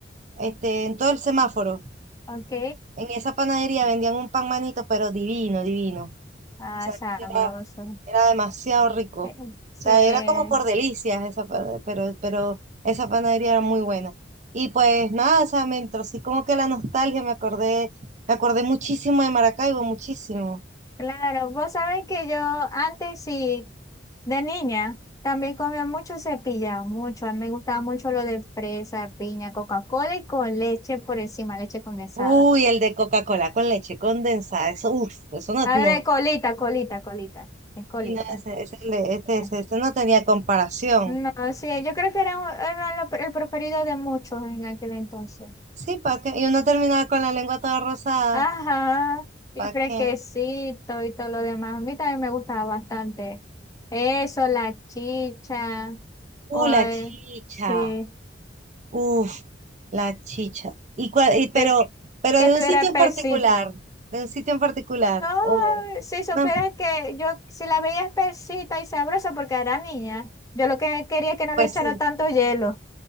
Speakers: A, on the right; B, on the left.
A: este, en todo el semáforo,
B: ok.
A: en esa panadería vendían un pan manito, pero divino, divino. O
B: Ah,
A: sea,
B: sabroso.
A: era Era demasiado rico.
B: Eh, Sí,
A: O sea, era como por delicias esa pa- pero, pero esa panadería era muy buena. Y pues nada, o sea, me entró así como que la nostalgia, me acordé, me acordé muchísimo de Maracaibo, muchísimo.
B: Claro, vos sabés que yo antes sí, de niña, también comía mucho cepillado, mucho. A mí me gustaba mucho lo de fresa, piña, Coca-Cola y con leche por encima, leche condensada.
A: Uy, el de Coca-Cola con leche condensada, eso, uff, eso no,
B: A
A: no.
B: ver, colita, colita, colita, es colita.
A: Y no, ese, ese, el de, ese-
B: eh.
A: ese- ese no tenía comparación.
B: No, sí, yo creo que era, un- era lo- el preferido de muchos en aquel entonces.
A: Sí, ¿para qué? Y uno terminaba con la lengua toda rosada,
B: Ajá, y
A: ¿para
B: fresquecito
A: qué?
B: y todo lo demás. A mí también me gustaba bastante. Eso, la chicha,
A: Uh,
B: o
A: la
B: el-
A: chicha.
B: sí.
A: Uf, la chicha. Y, cua- y pero,
B: que,
A: pero
B: que
A: de
B: estuviera
A: un sitio
B: espesita.
A: en particular, de un sitio en particular.
B: No,
A: O
B: si supieras
A: no,
B: que yo, si la veía espesita y sabrosa porque era niña, yo lo que quería es que no
A: pues
B: le echara
A: sí.
B: tanto hielo.